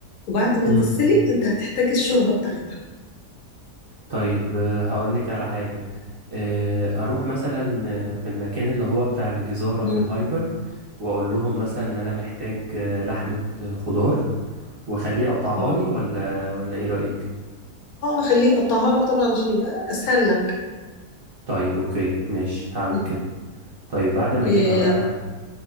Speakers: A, on the left; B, on the right.
A: وبعد ما
B: امم
A: تتسلق انت هتحتاج الشوربة بتاعتها
B: طيب آه، هقول لك على حاجة آه، اروح مثلا آه، في المكان اللي هو بتاع الجزارة
A: مم.
B: في الهايبر واقول لهم مثلا ان انا محتاج آه، لحمة آه، خضار واخليه يقطعها
A: اه
B: لي ولا ولا ايه رأيك
A: اه آه، خليه يقطعها لك طبعا عشان يبقى اسهل لك
B: طيب اوكي ماشي هعمل
A: مم.
B: كده طيب بعد ما
A: إيه
B: اجيبها بقى